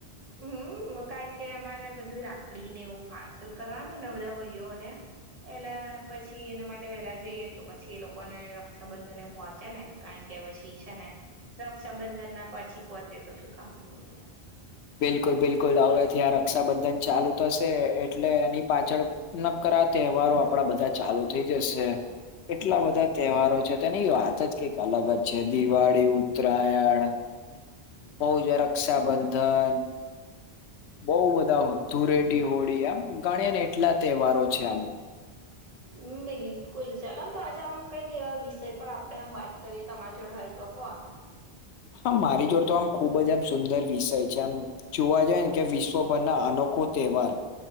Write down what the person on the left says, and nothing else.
બિલકુલ-બિલકુલ. હવેથી આ રક્ષાબંધન ચાલુ થશે, એટલે એની પાછળ નક્કરા તહેવારો આપણા બધા ચાલુ થઈ જશે. એટલા બધા તહેવારો છે, તેની વાત જ કંઈક અલગ જ છે. દિવાળી, ઉત્તરાયણ <unintelligible> રક્ષાબંધન બહુ બધા, ધૂળેટી હોળી એમ ગણીએ ને એટલા તહેવારો છે આમ.
હા મારી જોડે તો આમ ખુબ જ એમ સુંદર વિષય છે આમ. જોવા જાઈએ ને કે વિશ્વભરના અનોખો તહેવાર.